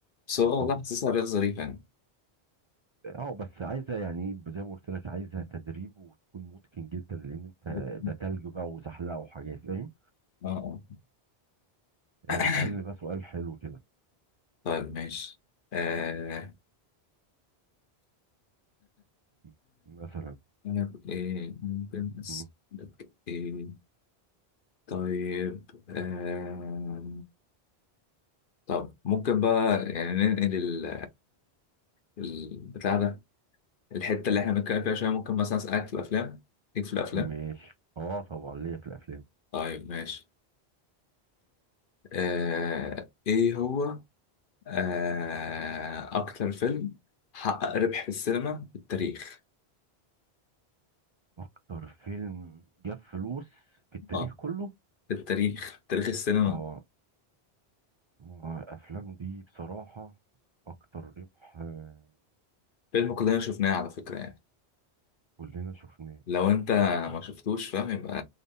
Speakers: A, on the left; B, on the right.
A: بس
B: بالظبط
A: هو والله حاسسها رياضة ظريفة يعني
B: اه بس عايزه يعني ايه زي ما قلت لك عايزه تدريب وتكون متقن جدا لان انت
A: <coughs> بت-
B: ده تلج بقى وزحلقه وحاجات فاهم
A: آه، آه. <coughs>
B: آه، اسالني بقى سؤال حلو كده
A: طيب ماشي آه...
B: م- م- مثلا
A: أنا ب- إيه ممكن أسألك
B: م-
A: إيه طيب آه... طب ممكن بقى يعني ننقل ال... البتاع ده الحتة اللي إحنا بنتكلم فيها شوية ممكن مثلا أسألك في الأفلام ليك في الأفلام
B: ماشي اه طبعا ليا في الافلام
A: طيب ماشي آه... إيه هو آه، أكتر فيلم حقق ربح في السينما في التاريخ
B: اكتر فيلم جاب فلوس في التاريخ
A: اه
B: كله
A: في التاريخ تاريخ السينما
B: اه ما الأفلام دي بصراحة أكتر ربح آه،
A: فيلم كلنا شفناه على فكرة يعني
B: كلنا شفناه
A: لو أنت
B: مم.
A: ما شفتوش فاهم يبقى